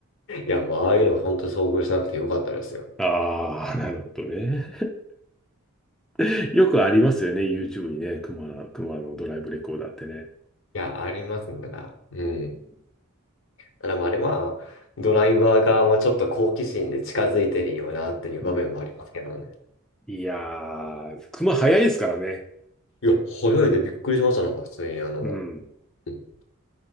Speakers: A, on the left (about 65°); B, in the centre.
A: いや、もうああいうのは本当遭遇しなくてよかったですよ。
B: ああ、なるほどね。<laughs> よくありますよね、YouTube にね、熊、熊のドライブレコーダーってね。
A: いや、ありますね。だから、うん。
B: うん
A: ただまあ、あれは、ドライバー側もちょっと好奇心で近づいてるよなっていう場面もありますけどね。
B: うん。いやー、熊早いですからね。
A: いや、早いでびっくりしました。なんか普通にあの、
B: うん。
A: うん